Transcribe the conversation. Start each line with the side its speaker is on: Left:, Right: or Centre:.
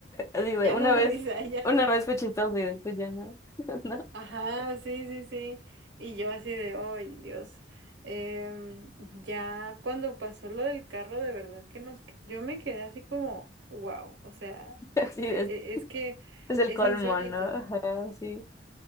Left: Así de,
Right: Ya
Left: una
Right: no
Left: vez,
Right: da risa, ya.
Left: una vez fue chistoso y después ya no, <laughs> ¿no?
Right: Ajá, sí, sí, sí. Y yo así de, ay, Dios. Em, ya cuando pasó lo del carro, de verdad que nos, yo me quedé así como, wow, o sea,
Left: Así
Right: e-
Left: es,
Right: e- es que
Left: es el
Right: es
Left: colmo,
Right: insólito.
Left: ¿no? Ajá, sí.